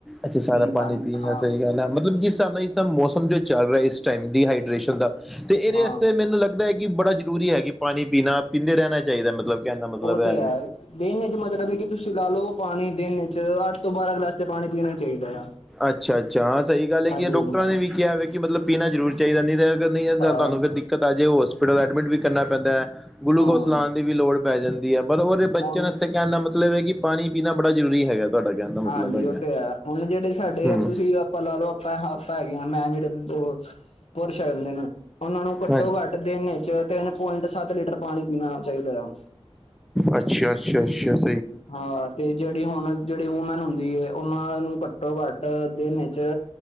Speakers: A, in the centre; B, on the left.
A: ਅੱਛਾ ਸਾਰਾ
B: ਪੀ
A: ਪਾਣੀ ਪੀਣ ਨਾਲ
B: ਹਾਂ
A: ਸਹੀ ਰਹਿੰਦਾ ਗੱਲ ਹੈ ਮਤਲਬ ਜਿਸ ਹਿਸਾਬ ਨਾਲ ਮੌਸਮ ਜੋ ਚੱਲ ਰਿਹਾ। ਇਸ ਟੈਮ ਡੀਹਾਈਡ੍ਰਿਸਨ ਦਾ ਤੇ ਇਹਦੇ
B: ਹਾਂ
A: ਅਸਤੇ ਮੈਨੂੰ ਲੱਗਦਾ ਕਿ ਬੜਾ ਜਰੂਰੀ ਹੈ ਪਾਣੀ ਪੀਣਾ ਪੀਂਦੇ ਰਹਿਣਾ ਚਾਹੀਦਾ ਮਤਲਬ ਕਹਿਣ ਦਾ ਮਤਲਬ
B: ਉਹ ਤੇ
A: ਐ
B: ਹੈ
A: ਵੇ।
B: ਦਿਨ ਵਿੱਚ ਮਤਲਬ ਹੈ ਕਿ ਤੁਸੀਂ ਲਾ ਲਓ ਪਾਣੀ ਦਿਨ 'ਚ ਅੱਠ ਤੋਂ ਬਾਰਾਂ ਗਲਾਸ ਤੇ ਪਾਣੀ ਪੀਣਾ ਹੀ ਚਾਹੀਦਾ ਆ।
A: ਅੱਛਾ- ਅੱਛਾ ਹਾਂ ਸਹੀ ਗੱਲ ਹੈ
B: ਹਾਂਜੀ।
A: ਕਿ ਡੋਕਟਰਾਂ ਨੇ ਵੀ ਕਿਹਾ ਹੋ ਕਿ ਮਤਲਬ ਪੀਣਾ ਜ਼ਰੂਰ ਚਾਹੀਦਾ ਨਹੀਂ ਤੇ ਨਹੀਂ ਹੈ ਤੁਹਾਨੂੰ
B: ਹਾਂ,
A: ਫਿਰ ਦਿੱਕਤ ਆ ਜਾਏ ਹੋਸਪਿਟਲ ਐਡਮਿਟ ਵੀ ਕਰਨਾ ਪੈਂਦਾ ਗਲੂਕੋਸ
B: ਹਾਂ
A: ਲਾਣ ਦੀ ਵੀ ਲੋੜ ਪੈ ਜਾਂਦੀ ਹੈ ਪਰ ਉਹਦੇ ਬਚਣ
B: ਹੁਣ
A: ਵਾਸਤੇ ਕਹਿਣ ਦਾ ਮਤਲਬ ਹੈ ਕਿ ਪਾਣੀ ਪੀਣਾ ਬੜਾ ਜ਼ਰੂਰੀ ਹੈਗਾ। ਤੁਹਾਡਾ ਕਹਿਣ ਦਾ ਮਤਲਬ
B: ਹਾਂਜੀ
A: ਹੈਗਾ
B: ਉਹ ਤੇ ਹੈ ਹੁਣ ਜਿਹੜੇ ਸਾਡੇ
A: ਹਮ
B: ਤੁਸੀਂ ਆਪਾਂ ਲਾ ਲਓ ਆਪਾਂ-ਆਪਾਂ ਹੈਗੇ ਹਾਂ ਮੈਂ ਜਿਹੜੇ ਬ ਪੁਰਸ਼ ਹੈ ਦੇ ਨੇ। ਉਹਨਾਂ ਨੂੰ ਘੱਟੋ
A: ਹਾਂਜੀ
B: ਘੱਟ ਦਿਨ ਵਿੱਚ ਤਿੰਨ ਪੁਆਇੰਟ ਸੱਤ ਲੀਟਰ ਪਾਣੀ ਪੀਣਾ ਚਾਹੀਦਾ ਆ।
A: ਅੱਛਾ-ਅੱਛਾ-ਅੱਛਾ
B: ਹਾਂ ਤੇ ਜਿਹੜੀ ਹੁਣ ਜਿਹੜੀ ਵੂਮੈਨ ਹੁੰਦੀ ਹੈ ਉਹਨਾਂ ਨੂੰ ਘੱਟੋ ਘੱਟ ਦਿਨ ਇਚ